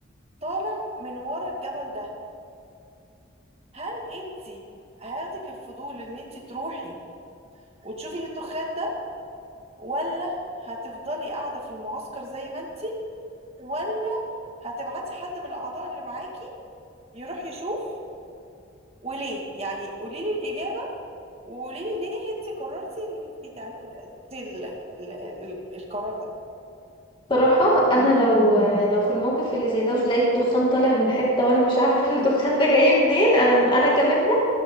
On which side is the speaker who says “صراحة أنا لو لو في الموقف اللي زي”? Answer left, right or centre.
Left